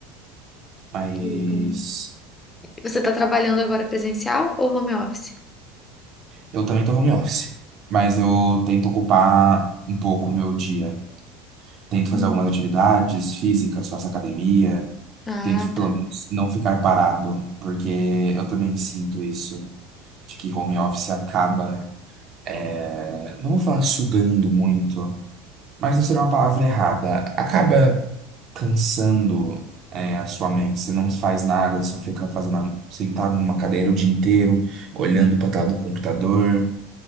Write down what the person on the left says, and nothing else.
Hum. Você está trabalhando agora presencial ou home office?
Hum.
Ah,
tá.
Hum.